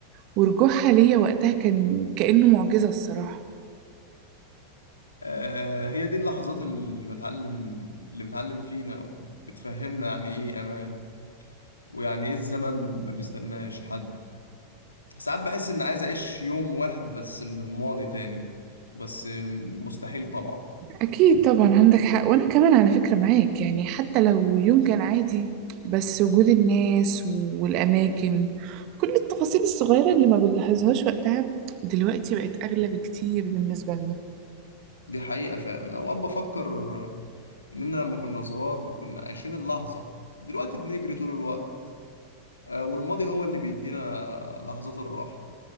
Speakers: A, on the right (about 40°); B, on the left (about 80°).
A: ورجوعها ليا وقتها كان كانه معجزه الصراحه
B: آه، هي دي اللحظات اللي بتعلم اللي بتعلم فينا وبتفهمنا يعني ايه امان ويعني ايه الزمن ما بيستناش حد ساعات بحس اني عايز اعيش يوم واحد بس من الماضي تاني بس مستحيل طبعا
A: اكيد طبعا عندك حق وانا كمان على فكره معاك يعني حتى لو يوم كان عادي بس وجود الناس والاماكن كل التفاصيل الصغيره اللي ما بنلاحظهاش وقتها دلوقتي بقت اغلى بكتير بالنسبه لنا
B: دي حقيقة فعلا اوقات بفكر اننا لما كنا صغار كنا عايشين اللحظة دلوقتي بنجري طول الوقت آه، والماضي هو اللي بيدينا لحظات الراحة